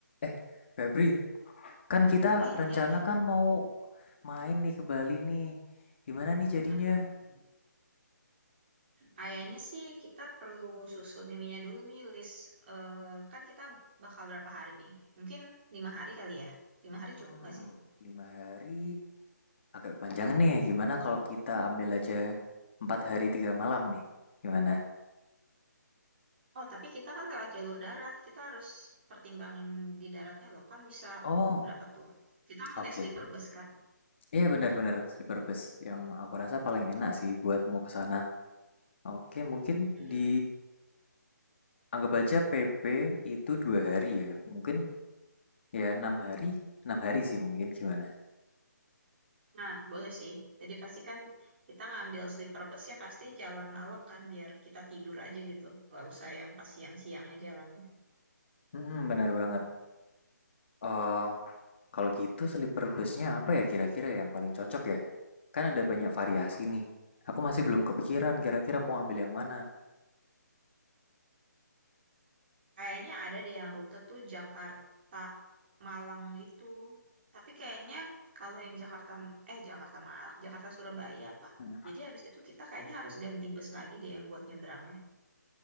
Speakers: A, on the left; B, on the right.
A: Eh, Febri, kan kita
B: Eh,
A: rencana
B: iya nih.
A: kan mau main nih ke Bali nih. Gimana nih
B: Mm-mm.
A: jadinya?
B: Kayaknya sih kita perlu susun ininya dulu nih list. eh kan kita bakal berapa hari nih? Mungkin lima hari kali ya. Lima hari
A: Hmm,
B: cukup nggak sih?
A: lima hari agak panjang nih. Gimana kalau kita ambil aja empat hari tiga malam nih? Gimana?
B: Oh, tapi kita kan lewat jalur darat. Kita harus pertimbangin di daratnya loh. Kan bisa
A: Oh,
B: berapa tuh? Kita mau
A: oke.
B: naik sleeper bus kan?
A: Iya benar-benar sleeper bus yang aku rasa paling enak sih buat mau ke sana. Oke, mungkin
B: Mm-mm.
A: di anggap aja PP itu dua hari ya. Mungkin ya enam
B: Mm-mm.
A: hari, enam hari sih mungkin gimana?
B: Nah, boleh sih. Jadi pastikan kita ngambil sleeper busnya pasti jalan malam kan biar kita tidur aja gitu. Nggak usah yang pas siang-siangnya jalan.
A: Hmm, benar banget. Eh, kalau gitu sleeper busnya apa ya kira-kira yang paling cocok ya? Kan ada banyak variasi nih. Aku masih belum kepikiran kira-kira mau ambil yang mana.
B: Kayaknya ada deh yang rute tuh Jakarta Malang gitu. Tapi kayaknya kalau yang Jakarta eh Jakarta Malang, Jakarta Surabaya apa?
A: Hmm.
B: Jadi habis itu kita kayaknya harus ganti bus lagi deh yang buat nyebrangnya.